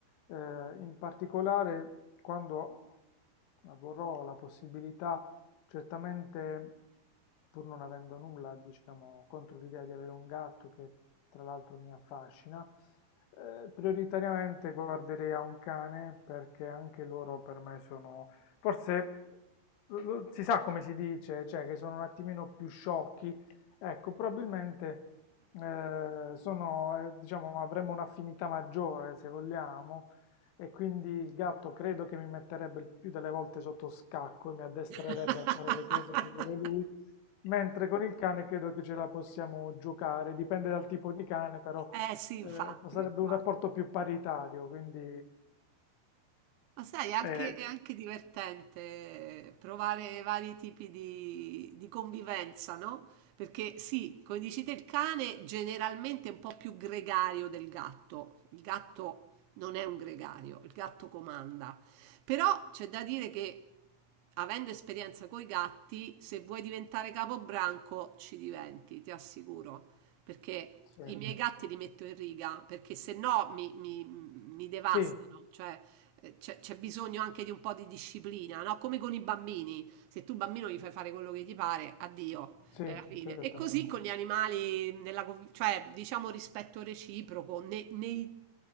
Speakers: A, on the left; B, on the right.
A: eh, in particolare quando avrò la possibilità Certamente, pur non avendo nulla, diciamo, contro l'idea di avere un gatto che tra l'altro mi affascina, eh, prioritariamente guarderei a un cane perché anche loro per me sono, forse lo- lo- si sa come si dice, cioè che sono un attimino più sciocchi. Ecco, probabilmente eh, sono, eh, diciamo, avremmo un'affinità maggiore se vogliamo. E quindi il gatto credo che mi metterebbe il più delle volte sotto scacco e mi addestrerebbe
B: <laughs>
A: a fare le cose che vuole lui, mentre con il cane credo che ce la possiamo giocare, dipende dal tipo di cane, però
B: Eh sì,
A: eh,
B: infatti,
A: sarebbe
B: infa
A: un rapporto più paritario, quindi
B: Ma sai, è anche,
A: eh,
B: è anche divertente provare vari tipi di, di convivenza, no? Perché sì, come dici te, il cane generalmente è un po' più gregario del gatto. Il gatto non è un gregario, il gatto comanda. Però c'è da dire che avendo esperienza coi gatti, se vuoi diventare capobranco ci diventi, ti assicuro. Perché
A: sì,
B: i miei gatti li metto in riga, perché se no mi, mi mi devastano.
A: sì,
B: Cioè, eh, c'è, c'è bisogno anche di un po' di disciplina, no? Come con i bambini, se tu bambino gli fai fare quello che ti pare, addio,
A: sì,
B: è la fine.
A: certamente.
B: E così con gli animali, nella co- cioè diciamo rispetto reciproco, ne- nei